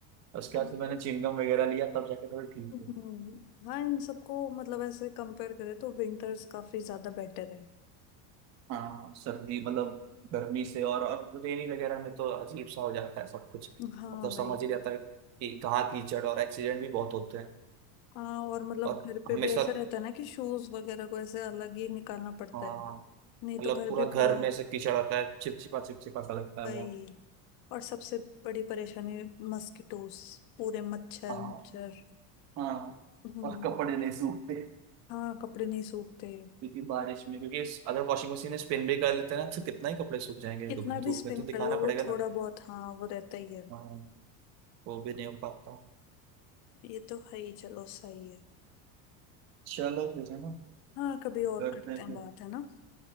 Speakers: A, on the right; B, on the left.
A: उसके
B: अभी
A: बाद फिर मैंने चिंगम वगैरह लिया तब जाके थोड़ा ठीक
B: हम्म, हाँ इन सबको मतलब ऐसे कंपेयर करें तो विंटर्स काफी ज्यादा बेटर है
A: हाँ सर्दी मतलब गर्मी से और और रेनी वगैरह में तो अजीब सा हो जाता है सब कुछ
B: <laughs> हाँ
A: मतलब समझ
B: भाई
A: ही रहता है कि कहाँ कीचड़ और एक्सीडेंट भी बहुत होते हैं
B: हाँ और मतलब
A: और
B: घर पे
A: हमेशा
B: भी ऐसा रहता है ना कि शूज वगैरह को ऐसे अलग ही निकालना पड़ता
A: हाँ,
B: है नहीं
A: मतलब
B: तो घर
A: पूरा
B: भी
A: घर
B: पूरा
A: में से कीचड़ आता है चिपचिपा चिपचिपा सा लगता है
B: भाई
A: बहुत
B: और सबसे बड़ी परेशानी मस्किटोस पूरे मच्छर
A: हाँ
B: मच्छर
A: हाँ
B: हम्म
A: और कपड़े नहीं सूखते
B: हाँ कपड़े नहीं सूखते
A: क्योंकि बारिश में क्योंकि इस- अगर वॉशिंग मशीन में स्पिन भी कर लेते हैं ना तो कितना ही कपड़े सूख जाएंगे
B: कितना
A: धूप धूप
B: भी स्पिन
A: में तो दिखाना
B: कर लो
A: पड़ेगा
B: वो
A: ना
B: थोड़ा बहुत हाँ वो रहता ही है
A: हाँ वो भी नहीं हो पाता
B: ये तो है ही चलो सही है
A: चलो फिर है ना
B: हाँ कभी और
A: करते
B: करते
A: हैं
B: हैं
A: फिर
B: बात है ना